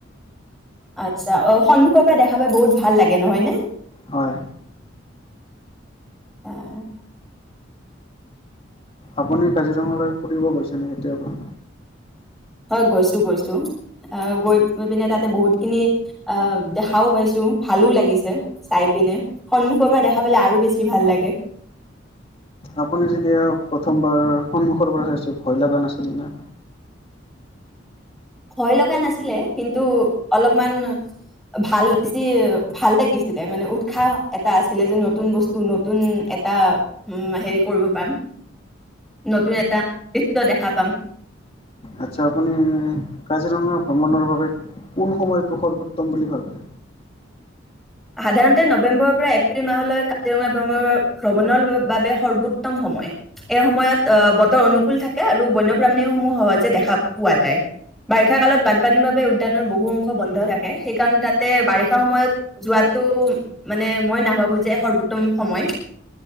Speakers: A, in the centre; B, on the left.
A: আচ্ছা, অ' সন্মুখৰ পৰা দেখা পাই বহুত ভাল লাগে নহয় নে?
B: হয়।
A: আহ, <inaudible>
B: আপুনি কাজিৰঙালৈ ফুৰিব গৈছেনে কেতিয়াবা
A: হয়, গৈছো-গৈছো আহ গৈ পিনে তাতে বহুতখিনি আহ দেখাও পাইছো, ভালো লাগিছে চাই পিনে সন্মুখৰ পৰা দেখা পালে আৰু বেছি ভাল লাগে।
B: আপুনি যেতিয়া প্ৰথমবাৰ সন্মুখৰ পৰা চাইছে ভয় লগা নাছিল নে?
A: ভয় লগা নাছিলে কিন্তু অলপমান ভাল বেছি ভাল লাগিছিলে মানে উৎসাহ এটা আছিলে। যে নতুন বস্তু নতুন এটা উ' হেৰি কৰিব পাম নতুন এটা দৃশ্য দেখা পাম।
B: আচ্ছা, আপুনি কাজিৰঙা ভ্ৰমণৰ বাবে কোন সময়টো সৰ্বোত্তম বুলি ভাবে?
A: সাধাৰণতে নৱেম্বৰৰ পৰা এপ্ৰিল মাহলৈ কাজিৰঙাৰ ভ্ৰমণৰ বাবে সৰ্বোত্তম সময়, এই সময়ত আহ' বতৰ অনুকূল থাকে আৰু বন্যপ্ৰাণী সমূহ সহজে দেখা পোৱা যায়। বাৰিষা কালত বানপানীৰ বাবে উদ্যানৰ বহু অংশ বন্ধ থাকে। সেইকাৰণে তাতে বাৰিষা সময়ত। যোৱাতটো মানে মই নাভাবো যে সৰ্বোত্তম সময়।